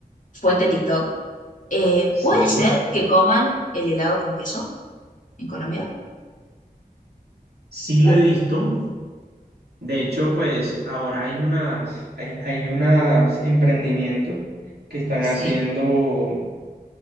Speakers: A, on the left; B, on the right.
A: fuente TikTok. Eh,
B: Sí,
A: ¿puede ser que coman el helado con queso en Colombia?
B: sí lo
A: Oh,
B: he visto. De hecho, pues ahora hay unas, hay, hay unas emprendimientos que están
A: sí,
B: haciendo.